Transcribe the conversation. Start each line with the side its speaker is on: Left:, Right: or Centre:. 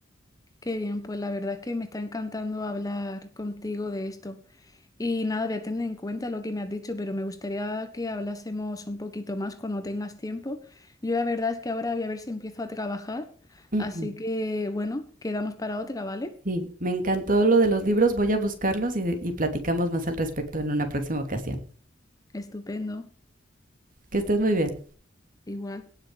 Left: qué bien, pues la verdad es que me está encantando hablar contigo de esto. Y nada, voy a tener en cuenta lo que me has dicho, pero me gustaría que hablásemos un poquito más cuando tengas tiempo. Yo la verdad es que ahora voy a ver si empiezo a trabajar,
Right: Ujú,
Left: así que bueno, quedamos para otra, ¿vale?
Right: Sí, me encantó lo de los libros, voy a buscarlos y, y platicamos más al respecto en una próxima ocasión.
Left: Estupendo,
Right: Que estés muy bien.
Left: igual.